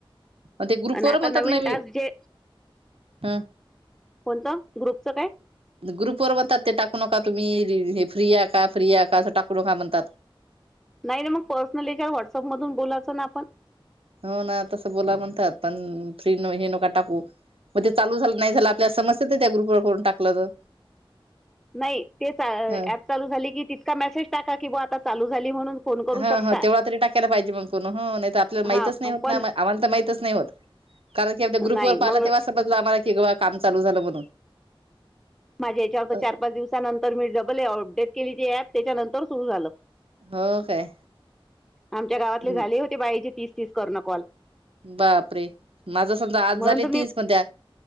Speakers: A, on the right; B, in the centre.
A: पण ते ग्रुप
B: आणि
A: वर
B: आता
A: म्हणतात
B: नवीन
A: ना बी
B: टास्क जे
A: ह
B: कोणतं ग्रुपचं काय.
A: ग्रुप वर बणतात ते टाकू नका तुम्ही हे फ्री आहे का फ्री आहे का असं टाकू नका म्हणतात.
B: नाही मग पर्सनली का व्हॉट्सअप मधून बोलायचं ना आपण.
A: हो ना तसं बोला म्हणतात पण फ्री हे नका टाकू मग ते चालू झा नाही झालं आपल्याला समस्या तर त्या ग्रुप वर करून टाकलं तर.
B: नाही ते
A: ह
B: ऍप चालू झाली की तितका मेसेज टाका की ब आता चालू झाली म्हणून. फोन करू
A: ह
B: शकता
A: ह तेवढा तरी टाकायला पाहिजे मग कोण नाही तर आपल्याला माहतीच
B: हा
A: नाही होत
B: पण
A: ना आम्हाला तर माहितच नाही होत. कारण की आप ग्रुप
B: नाही
A: ववर पाहिला
B: मग
A: तेव्हा समजलं आम्हाला किव काम चालू झालं म्हणून.
B: माझ्या याच्यावर
A: अ
B: चार पाच दिवसानंतर मी डबल अपडेट केली त ऍप त्याच्यानंतर सुरू झालं.
A: हो काय?
B: आमच्या गावातले
A: हं.
B: झाले होते बाईचे तीस तीस कर्ण कॉल.
A: बापरे माझ समजा आज
B: म्हणून
A: झाले
B: तुम्ही
A: तीस म्हणत्या